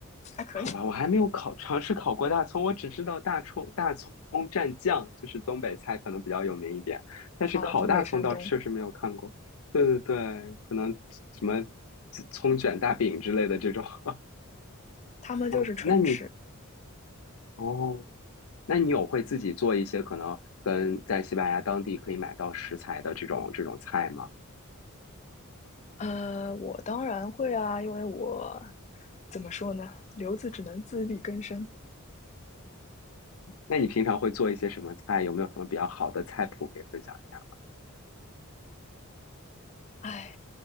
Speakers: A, on the left; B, on the left.
A: 还可以
B: 好吧，我还没有考尝试烤过大葱，我只知道大葱大葱蘸酱，就是东北菜可能比较有名一点，但是烤大葱倒是确实没有看过。
A: 啊。呃东北、山东，
B: 对对对，可能什么葱卷大饼之类的这种。<laughs>
A: 他们就是纯吃。
B: 哦，那你哦，那你有会自己做一些可能跟在西班牙当地可以买到食材的这种这种菜吗？
A: 呃，我当然会啊，因为我怎么说呢，留子只能自力更生。
B: 那你平常会做一些什么菜？有没有什么比较好的菜谱可以分享一下吗？
A: 哎，